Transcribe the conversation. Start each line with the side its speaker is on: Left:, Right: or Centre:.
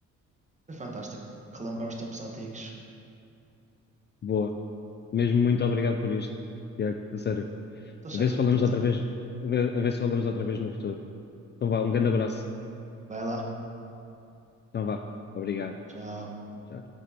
Right: foi fantástico relembrar os tempos antigos.
Left: Boa. Mesmo muito obrigado por isto, Tiago, a sério.
Right: Estou
Left: A ver
Right: sempre
Left: se falamos
Right: aqui para
Left: outra
Right: ti.
Left: vez, a ver, a ver se falamos outra vez no futuro. Então vá, um grande abraço.
Right: Vai lá.
Left: Então vá, obrigado.
Right: Tchau.
Left: Tchau.